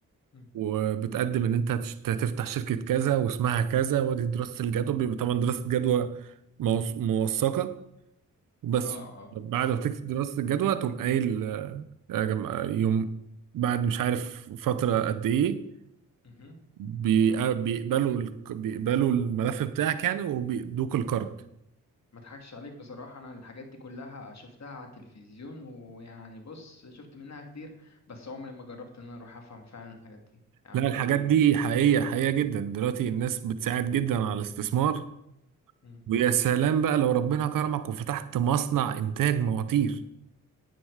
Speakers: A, on the left; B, on the right.
A: م.
B: وبتقدم ان انت هتش- هتفتح شركة كذا واسمها كذا وادي دراسة الجدوى بيبقى طبعا دراسة جدوى موث- موثقة بس
A: اه اه
B: بعد ما تكتب دراسة الجدوى تقوم قايل آه، يا جماعة يوم بعد مش عارف فترة قد ايه
A: مهم.
B: بيق- بيقبلوا الك- بيقبلوا الملف بتاعك يعني وبيدوك القرض
A: ما اضحكش عليك بصراحة انا الحاجات دي كلها شفتها على التلفزيون ويعني بص شفت منها كتير بس عمري ما جربت ان انا اروح افهم فعلا الحاجات دي يعني
B: لا الحاجات دي حقيقية حقيقية جدا دلوقتي الناس بتساعد جدا على الاستثمار
A: م.
B: ويا سلام بقى لو ربنا كرمك وفتحت مصنع إنتاج مواتير